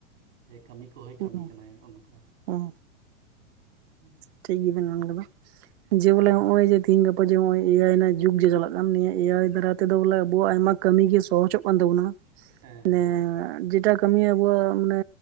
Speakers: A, on the right (about 75°); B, on the right (about 55°).
A: ᱥᱮ ᱠᱟᱹᱢᱤ ᱠᱚᱦᱚᱸᱭ
B: ᱦᱩᱸ
A: ᱠᱟᱹᱢᱤ
B: ᱦᱩᱸ
A: ᱠᱟᱱᱟᱭ ᱚᱱᱠᱟ᱾
B: ᱦᱩᱸ
A: ᱦᱩᱸ,
B: ᱴᱷᱤᱠ ᱜᱮᱵᱮᱱ ᱢᱮᱱᱠᱟᱫᱟ ᱡᱮ ᱵᱚᱞᱮ
A: ᱦᱮᱸ
B: ᱱᱚᱜ-ᱚᱭ ᱡᱮ ᱛᱤᱦᱤᱧ ᱜᱟᱯᱟ ᱡᱮ ᱱᱚᱜ ᱮᱭᱟᱭ ᱨᱮᱱᱟᱜ ᱡᱩᱜᱽ ᱡᱮ ᱪᱟᱞᱟᱜ ᱠᱟᱱ ᱱᱤᱭᱟᱹ ᱮᱭᱟᱭ ᱫᱟᱨᱟᱭ ᱛᱮᱫᱚ
A: ᱦᱮᱸ
B: ᱵᱚᱞᱮ ᱟᱵᱚᱣᱟᱜ ᱟᱭᱢᱟ ᱠᱟᱹᱢᱤᱜ ᱜᱮ ᱥᱚᱦᱚᱡᱚᱜ ᱠᱟᱱ ᱛᱟᱵᱚᱱᱟ
A: ᱦᱮᱸ
B: ᱾
A: ᱦᱮᱸ
B: ᱡᱮᱴᱟ ᱠᱟᱹᱢᱤ ᱟᱵᱚᱣᱟᱜ ᱢᱟᱱᱮ